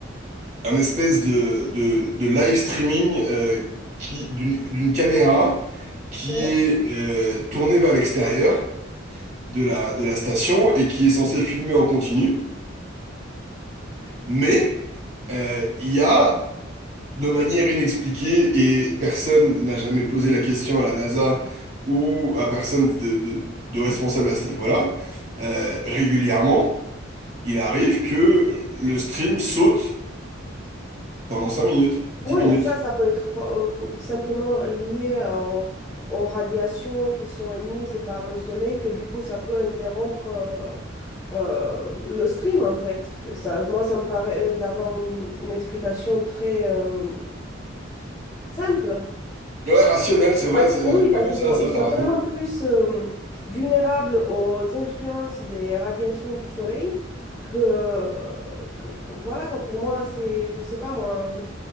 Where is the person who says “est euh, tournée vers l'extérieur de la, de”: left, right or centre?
Right